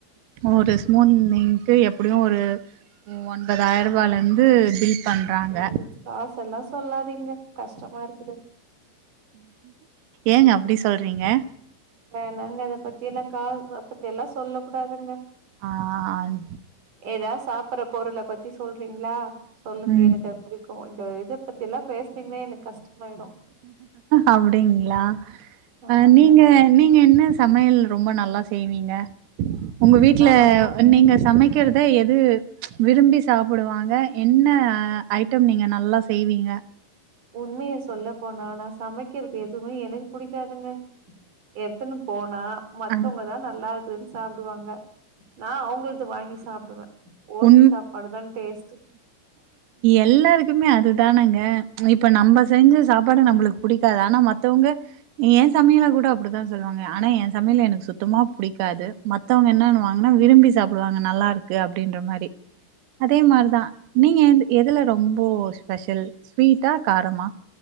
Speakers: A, on the right; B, on the right.
A: ஒரு ஸ்மூன் இங்கு எப்டியு ஒரு ஒன்பதாயிரவலந்து பில் பண்றாங்க
B: எங் காசல்லா சொல்லாதிங்க கஷ்டமாருக்குது
A: ஏங்க அப்டி சொல்றீங்க
B: வேணாங்க அத பத்தில்லா கா ச பத்தில்லா சொல்ல கூடாதுங்க
A: ஆ ஆந்
B: ஏதா சாப்பிற பொருள பத்தி சொல்றீங்களா சொல்லுங்க
A: ம்
B: எனக்கு புடிக்கு இந்த இதை பத்தி எல்லா பேசுனீங்கன்னா எனக்கு கஷ்டமாயிரு
A: அப்படிங்களா
B: ஆமாங்க
A: ஆ நீங்க நீங்க என்ன சமையல் ரொம்ப நல்லா செய்வீங்க உங்க வீட்டுல
B: நானாங்க
A: நீங்க சமை சமைக்கிறத எது விரும்பி சாப்பிடுவாங்க என்ன ஐட்டம் நீங்க நல்லா செய்வீங்க
B: உண்மையை சொல்ல போனா நா சமைக்கிறது எதுவுமே எனக்கு புடிக்காதுங்க எடுத்துன்னு போனா மத்தவங்கதா
A: அ
B: நல்லா இரு ரென்ஸ் சாப்டுவாங்க நா அவங்கள்து வாங்கி சாப்டுவே ஓசி
A: உண்
B: சாப்பாடு தா டேஸ்ட்டு
A: எல்லாருக்குமே அதுதானங்க இப்ப நம்ம செஞ்ச சாப்பாடு நம்மளுக்கு புடிக்காது ஆனா மத்தவங்க எ சமையல கூட அப்டித்தா சொல்லுவாங்க ஆனா எ சமையல எனக்கு சுத்தமா புடிக்காது மத்தவங்க என்னனுவாங்கனா விரும்பி சாப்டுவாங்க நல்லாருக்கு அப்டின்ற மாரி அதே மாரிதா நீங்க எ எதுல ரொம்போ ஸ்பெஷல் ஸ்வீட்டா காரமா